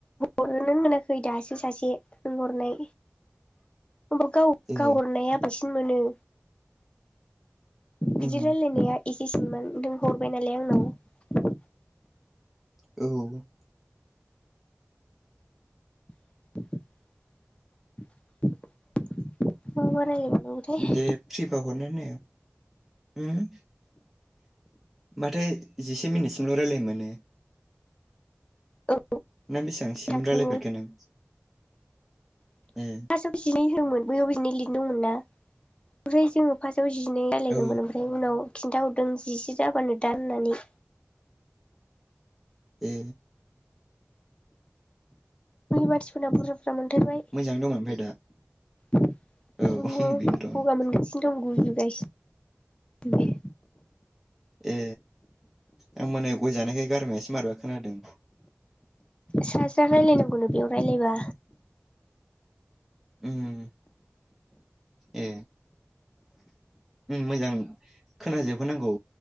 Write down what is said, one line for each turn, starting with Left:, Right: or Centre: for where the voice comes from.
Left: हरनोनो मोनाखै दासो सासे नोंहरनाय गाव
Centre: ए
Left: गावहरनाया बांसिन मोनो। बिदि
Centre: उम
Left: रायलायनाया एसे सिनमोन नों हर हरबाय नालाय आंनाव
Centre: औ
Left: <inaudible> मा मा रायलायबावनांगौथाय
Centre: दे फ्रिबा हरनो होननाया ओम माथो जिसे मिनिट सिमल' रायलायनो मोनो।
Left: औ
Centre: नों बेसेबां सिम
Left: साननांगौ
Centre: रायलाय फेरखो नों?
Left: <unintelligible>
Centre: ए
Left: मोन बयाव बिनो लिरदोंमोन ना ओमफ्राय जो फा दाव जिनै रायालायदोमोन
Centre: औ
Left: ओमफ्राय उनाव खिन्थाहरदों जिसे जाबानो दान होननानै।
Centre: ए
Left: मानसिफोरना बुर्जा बुर्जा मोनथारबाय।
Centre: मोजाङै दं ओमफ्राय दा
Left: दङ
Centre: औ बेनोथ'
Left: गगा मोनगासिनो दं गुजुगासिनो दे
Centre: ए आं मोनायाव गय जानायखाय गारमायासो मारैबा खोनादों।
Left: सासेया रायलायनो मोनाब्लियाव रायलायबा
Centre: उम ए मोजां खोनाजोबहोनांगौ